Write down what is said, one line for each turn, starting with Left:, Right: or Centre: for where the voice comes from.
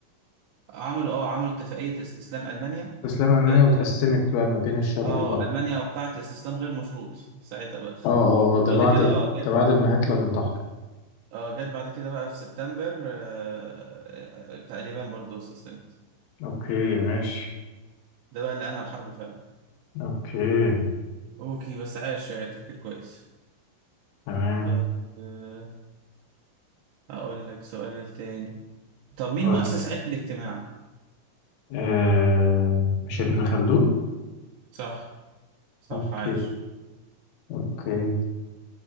Right: عملوا اه عملوا اتفاقيه استسلام المانيا
Left: استسلام ألمانيا
Right: اه
Left: وتقسمت بقى ما بين الشرق
Right: آه،
Left: والغرب
Right: المانيا وقعت استسلام غير مشروط ساعتها بقى
Left: اه اه ده
Right: بعد
Left: بعد
Right: كده اه جت
Left: ده بعد ما هتلر انتحر
Right: اه جت بعد كده بقى في سبتمبر آه، آه، بتاع اليابان برضه استسلمت
Left: اوكي ماشي
Right: ده بقى اللي انهى الحرب فعلا
Left: اوكي
Right: اوكي بس عاش آه، تفكير كويس
Left: تمام
Right: طيب آه، أقول لك سؤال تاني طب مين
Left: قول
Right: مؤسس علم الاجتماع؟
Left: آه. مش ابن خلدون
Right: صح صح
Left: اوكي
Right: عاش
Left: اوكي